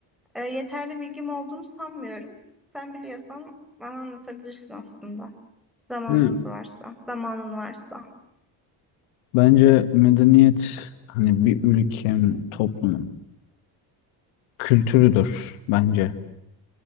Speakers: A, in the centre; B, on the left.
A: e, yeterli bilgim olduğunu sanmıyorum. Sen biliyorsan bana anlatabilirsin aslında. Zamanımız
B: sana. Hı.
A: varsa, zamanın varsa.
B: Bence medeniyet hani bir ülkenin, toplumun kültürüdür bence.